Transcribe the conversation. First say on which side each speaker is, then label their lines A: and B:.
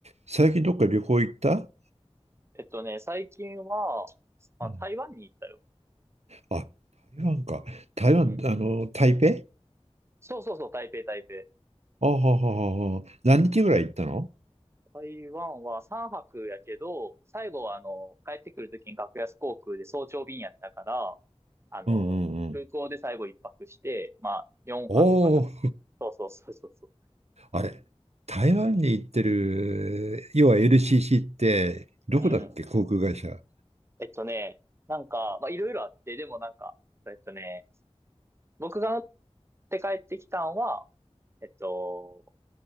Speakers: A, on the right; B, on the right.
A: 最近どっか旅行行った
B: えっとね、最近は、あ、
A: うん
B: 台湾に行ったよ。
A: あ、台湾か。台湾、
B: うん。
A: あの、台北
B: そうそうそう、台北、台北。
A: あはははは。何日ぐらい行ったの
B: 台湾は3泊やけど、最後はあの、帰ってくるときに格安航空で早朝便やったから、あの、
A: うんうんうん。
B: 空港で最後1泊して、まあ、4泊かな。
A: おお、
B: そうそうそうそうそう。
A: あれ、台湾に行ってる、要は LCC って、どこだっけ、
B: うん。
A: 航空会社。
B: えっとね、なんか、まあ、いろいろあって、でもなんか、えっとね、僕が乗って帰ってきたんは、えっと、